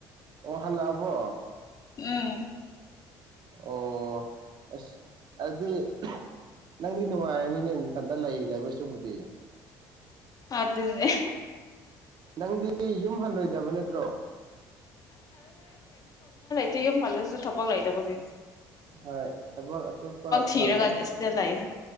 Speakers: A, on the right; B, on the left.
A: ꯑꯣ ꯍꯥꯟꯕꯣ
B: ꯎꯝ
A: ꯑꯣ ꯑꯁ ꯑꯗꯨꯗꯤ ꯅꯪꯗꯤ ꯅꯨꯡꯉꯥꯏꯔꯅꯤꯅꯦ ꯏꯊꯟꯇ ꯂꯩ ꯂꯕꯁ ꯄꯨꯗꯤꯦ
B: ꯑꯗꯨꯗꯅꯦ
A: ꯅꯪꯗꯤ ꯌꯨꯝ ꯍꯜꯂꯣꯏꯗꯕ ꯅꯠꯇ꯭ꯔꯣ
B: ꯇ ꯌꯦꯝ ꯐꯜꯁꯦꯁ ꯊꯄꯛ ꯂ ꯂꯩꯏꯗꯕꯒ
A: ꯍꯣꯏ ꯊꯕꯛ ꯑꯇꯣꯞꯄ
B: ꯊꯤꯔꯒ
A: ꯐꯪꯅꯕ
B: ꯁꯤꯗ ꯂꯩ